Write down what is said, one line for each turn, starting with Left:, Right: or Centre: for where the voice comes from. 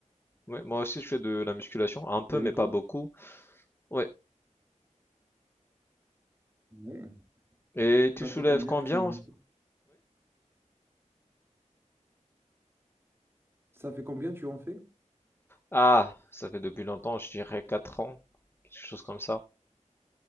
Left: Ouais, moi aussi, je fais de la musculation. Un peu,
Right: t'as
Left: mais
Right: dit
Left: pas
Right: quoi?
Left: beaucoup. Ouais.
Right: Ouais.
Left: Et tu
Right: Ça
Left: soulèves
Right: fait combien
Left: combien?
Right: que tu en
Left: Oui
Right: fais? Ça fait combien que tu en fais?
Left: Ah, ça fait depuis longtemps, je dirais 4 ans. Quelque chose comme ça.